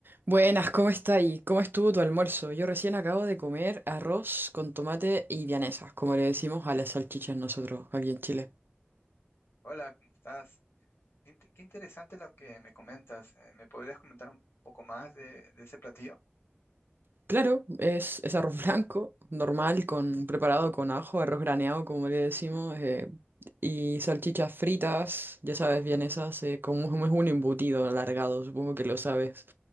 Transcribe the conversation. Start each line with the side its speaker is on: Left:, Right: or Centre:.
Right: Buenas, ¿cómo está ahí? ¿Cómo estuvo tu almuerzo? Yo recién acabo de comer arroz con tomate y vianesas, como le decimos a las salchichas nosotros aquí en Chile.
Left: Hola, ¿cómo estás? Qué, inte- qué interesante lo que me comentas. Eh, ¿Me podrías comentar un poco más de, de ese platillo?
Right: Claro, es, es arroz blanco, normal, con, preparado con ajo, arroz graneado, como le decimos, eh, y salchichas fritas, ya sabes, vienesas, eh, como es un embutido alargado, supongo que lo sabes,